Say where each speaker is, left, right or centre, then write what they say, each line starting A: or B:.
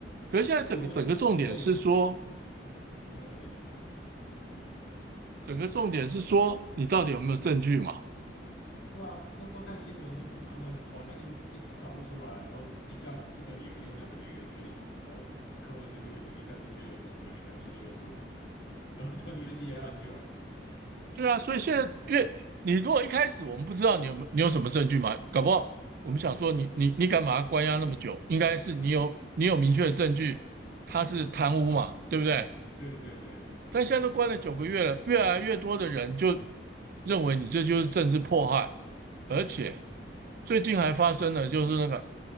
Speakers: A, on the right; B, on the left.
A: 可是现在整个整个重点是说，
B: 对，我我新闻有，哎。
A: 整个重点是说你到底有没有证据嘛？
B: 对啊，那时候看新闻就是他们好像一直一直找不出来，然后一下这个理由又那个理由又这个理由，然后柯文哲就一直一下进去又出来，一下进去又出来，然后突然就被羁押很久了。
A: 对啊，所以现在越你如果一开始我们不知道你有没有你有什么证据嘛，搞不好我们想说你你你敢把他关押那么久，应该是你有你有明确的证据他是贪污嘛，对不对？
B: 对对对，
A: 但现在都关了九个月了，越来越多的人就认为你这就是政治迫害，而且最近还发生了就是那个，